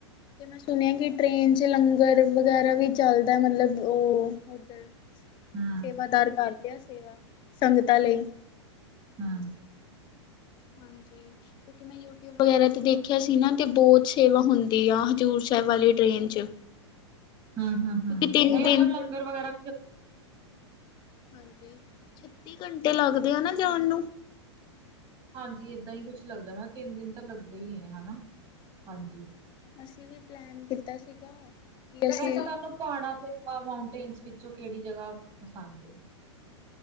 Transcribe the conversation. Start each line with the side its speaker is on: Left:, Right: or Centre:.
Left: ਤੇ ਮੈਂ ਸੁਣਿਆ ਕਿ ਟ੍ਰੇਨ ਚ ਲੰਗਰ ਵਗੈਰਾ ਵੀ ਚਲਦਾ, ਮਤਲਬ ਉਹ ਸੇਵਾਦਾਰ
Right: ਹੂੰ,
Left: ਕਰ ਦੇ ਆ ਸੇਵਾ, ਸੰਗਤਾਂ ਲਈ
Right: ਹਾਂ
Left: ਹਾਂਜੀ ਕਿਉਂਕਿ ਮੈਂ ਯੂਟੀ ਵਗੈਰਾ ਤੇ ਦੇਖਿਆ ਸੀ ਨਾ ਤੇ ਬਹੁਤ ਸੇਵਾ ਹੁੰਦੀ ਆ ਹਜ਼ੂਰ ਸਾਹਿਬ ਵਾਲੀ ਟਰੇਨ ਚ <inaudible>
Right: ਹੂੰ ਹੂੰ ਹੂੰ,
Left: ਕਿਉਂਕਿ ਤਿੰਨ
Right: ਨਹੀਂ
Left: ਦਿਨ
Right: ਉਧਰ ਲੰਗਰ ਵਗੈਰਾ
Left: ਹਾਂਜੀ ਛੱਤੀ ਘੰਟੇ ਲੱਗਦੇ ਆ ਨਾ ਜਾਣ ਨੂੰ
Right: ਹਾਂਜੀ ਏਦਾਂ ਹੀ ਕੁਛ ਲੱਗਦਾ, ਤਿੰਨ ਦਿਨ ਤਾਂ ਲੱਗਦਾ ਹੀ ਹੈ ਹਨਾ, ਹਾਂਜੀ
Left: ਅਸੀਂ ਵੀ ਪਲੈਨ ਕੀਤਾ ਸੀਗਾ ਕਿ ਅਸੀਂ
Right: ਵੈਸੇ ਤੁਹਾਨੂੰ ਪਹਾੜਾਂ ਤੇ ਮਾਊਂਟੇਨਸ ਵਿੱਚੋਂ ਕਿਹੜੀ ਜਗ੍ਹਾ ਪਸੰਦ ਏ